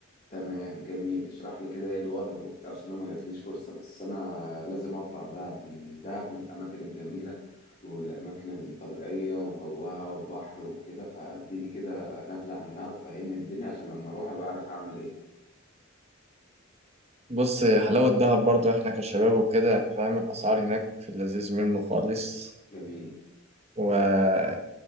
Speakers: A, on the left; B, on the right.
A: تمام جميل اشرح لي كده ايه الوضع وبتاع عشان انا ما جاتليش فرصه بس انا لازم اطلع دهب لأن دهب من الاماكن الجميله والاماكن الطبيعيه وجوها وبحر وكده فاديني كده نبذه عنها وفهمني الدنيا عشان لما اروح ابقى عارف هعمل ايه
B: بص هي حلاوة دهب برضو إحنا كشباب وكده فاهم الأسعار هناك في اللذيذ منه خالص
A: جميل
B: و